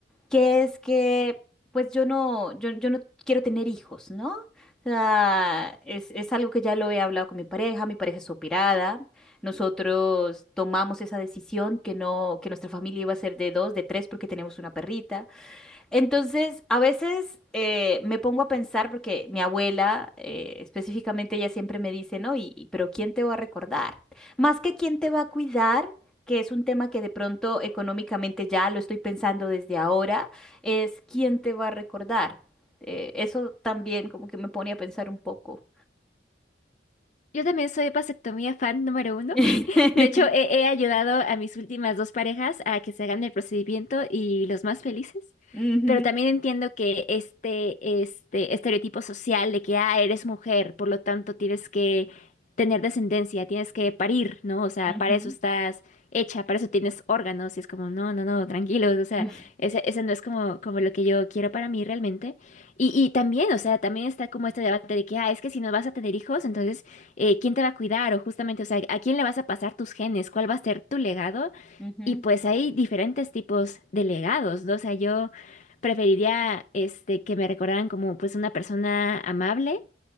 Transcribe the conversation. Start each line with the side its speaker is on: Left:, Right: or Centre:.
Centre: que es que pues yo no, yo, yo no quiero tener hijos, ¿no? O sea, es, es algo que ya lo he hablado con mi pareja, mi pareja es operada, nosotros tomamos esa decisión que no, que nuestra familia iba a ser de dos, de tres, porque tenemos una perrita, entonces, a veces eh, me pongo a pensar, porque mi abuela, eh, específicamente, ella siempre me dice, ¿no? Y, y- pero ¿quién te va a recordar? Más que quién te va a cuidar, que es un tema que de pronto económicamente ya lo estoy pensando desde ahora, es quién te va a recordar. Eh, eso también como que me pone a pensar un poco.
Left: Yo también soy vasectomía fan número uno.
Centre: <laughs>
Left: De hecho, he, he ayudado a mis últimas dos parejas a que se hagan el procedimiento y los más felices.
Centre: Ujú,
Left: Pero también entiendo que este, este estereotipo social de que, ah, eres mujer, por lo tanto tienes que tener descendencia, tienes que parir, ¿no? O sea,
Centre: ujú,
Left: para eso estás hecha, para eso tienes órganos. Y es como, no, no, no, tranquilos. O sea,
Centre: ujú,
Left: ese, ese no es como, como lo que yo quiero para mí realmente. Y, y también, o sea, también está como este debate de que, ah, es que si no vas a tener hijos, entonces eh, quién te va a cuidar o justamente, o sea, a quién le vas a pasar tus genes, cuál va a ser tu legado.
Centre: ujú,
Left: Y pues hay diferentes tipos de legados, ¿no? O sea, yo preferiría este, que me recordaran como pues una persona amable